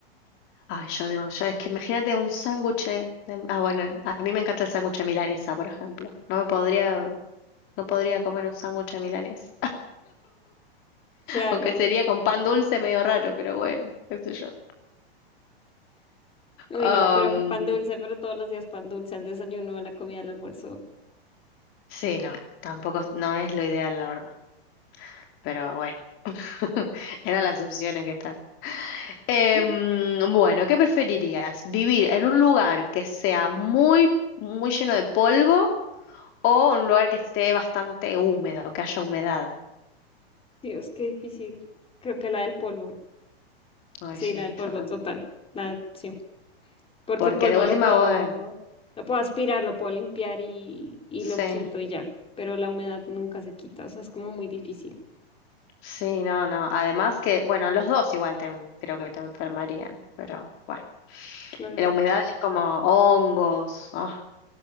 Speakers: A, on the left; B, on the left.
A: Ay, yo no, yo es que imagínate un sándwich de- Ah, bueno, a mí me encanta el sándwich de milanesa, por ejemplo. No me podría, no podría comer un sándwich de milanesa.
B: claro.
A: Aunque sería con pan dulce medio raro, pero bueno, qué sé yo.
B: Uy,
A: Am,
B: no, pero con pan dulce, pero todos los días pan dulce, al desayuno, a la comida, al almuerzo.
A: sí, no, tampoco no es lo ideal, la verdad. Pero bueno, <laughs> eran las opciones que están. Em,
B: Ujú.
A: bueno, ¿qué preferirías? ¿Vivir en un lugar que sea muy, muy lleno de polvo o en un lugar que esté bastante húmedo, que haya humedad?
B: Dios, qué difícil. Creo que la del polvo.
A: Ay,
B: Sí,
A: sí,
B: la del polvo
A: yo también.
B: total. La, sí. porque
A: Porque
B: el polvo
A: de última,
B: lo puedo,
A: bueno,
B: lo puedo aspirar, lo puedo limpiar y, y
A: sí.
B: lo quito y ya, pero la humedad nunca se quita, o sea, es como muy difícil,
A: Sí, no, no. Además que, bueno, los dos igual te, en- creo que te enfermarían, pero bueno.
B: claramente.
A: La humedad es como hongos. ah,